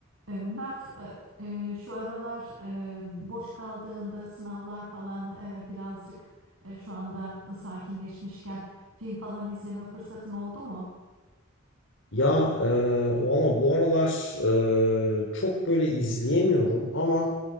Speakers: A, on the right; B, on the left.
A: E, Mert, e, e, şu aralar e, boş kaldığında sınavlar falan e, birazcık e, şu anda sakinleşmişken film falan izleme fırsatın oldu mu?
B: Ya e, valla bu aralar e, çok böyle izleyemiyorum ama